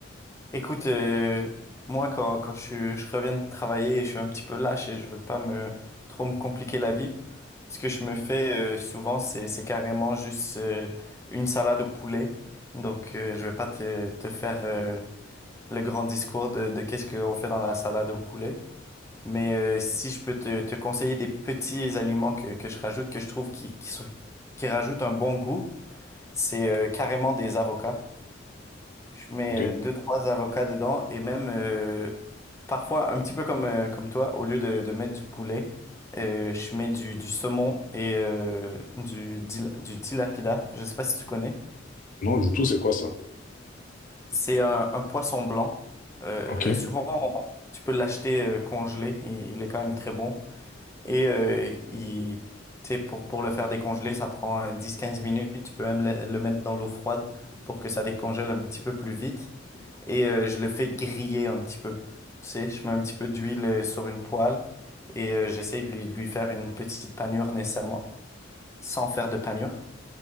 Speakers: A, on the left (about 15°); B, on the left (about 45°).
A: Écoute, euh, moi quand, quand je, suis- je reviens de travailler, je suis un petit peu lâche et je veux pas me trop me compliquer la vie. Ce que je me fais euh, souvent, c'est, c'est carrément juste euh, une salade au poulet. Donc euh, je vais pas te, te faire euh, le grand discours de, de qu'est-ce qu'on fait dans la salade au poulet. Mais euh, si je peux te, te conseiller des petits aliments que, que je rajoute, que je trouve qui, qui, sont- qui rajoutent un bon goût, c'est euh, carrément des avocats. Je mets
B: ok
A: euh, deux, trois avocats dedans et même euh, parfois, un petit peu comme, euh, comme toi, au lieu de, de mettre du poulet, euh, je mets du, du saumon et euh, du, dil- du tilapia. Je sais pas si tu connais.
B: non du tout c'est quoi ça
A: C'est un, un poisson blanc. Euh,
B: ok
A: souvent, tu peux l'acheter euh, congelé. Il, il est quand même très bon. Et euh, il, tu sais, pour, pour le faire décongeler, ça prend euh, 10-15 minutes. Tu peux même le le mettre dans l'eau froide pour que ça décongèle un petit peu plus vite. et euh, je le fais griller un petit peu. Tu sais, je mets un petit peu d'huile euh, sur une poêle et euh, j'essaie de lui, de lui faire une petite panure nécessairement, sans faire de panure.